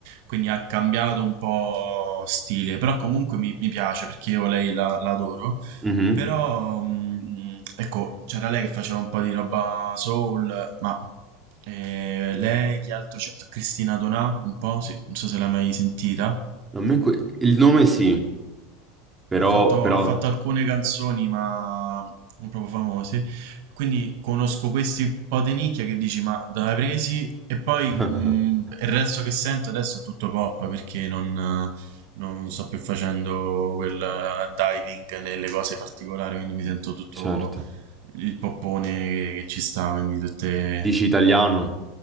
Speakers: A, on the right; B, on the right.
A: quindi ha cambiato un po' stile, però comunque mi, mi piace perché io lei la, la adoro.
B: Mhm.
A: Però, mh, ecco, c'era lei che faceva un po' di roba soul, ma eh, lei, chi altro c'è? Cristina Donà, un po', sì, non so se l'hai mai sentita.
B: A me que- il nome sì, però,
A: Ha fatto,
B: però...
A: ha fatto alcune canzoni, ma non proprio famose. Quindi conosco questi un po' di nicchia che dici, ma dove hai presi? E poi
B: <laughs>
A: mh, il resto che sento adesso è tutto pop perché non, non sto più facendo quel eh, diving nelle cose particolari, quindi mi sento tutto
B: certo.
A: il poppone che, che ci sta, quindi tutte...
B: Dici italiano?